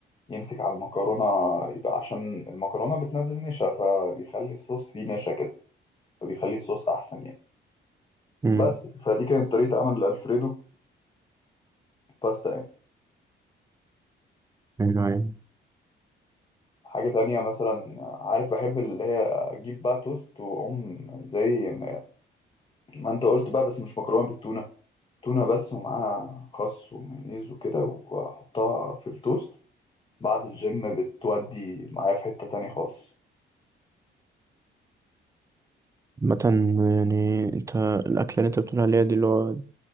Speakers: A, on the left (about 25°); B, on the right (about 15°).
A: يمسك على المكرونة يبقى عشان المكرونة بتنزل نشا فبيخلي الصوص فيه نشا كده فبيخلي الصوص أحسن يعني
B: مم،
A: بس فدي كانت طريقة عمل الألفريدو باستا يعني
B: أيوة أيوة
A: حاجة تانية مثلا عارف بحب اللي هي أجيب بقى توست وأقوم زي ما ما أنت قلت بقى بس مش مكرونة بالتونة تونة بس ومعاها خس ومايونيز وكده وأحطها في التوست بعد الجيم بتودي معايا في حتة تانية خالص
B: مثلا يعني انت الأكلة اللي انت بتقول عليها دي اللي هو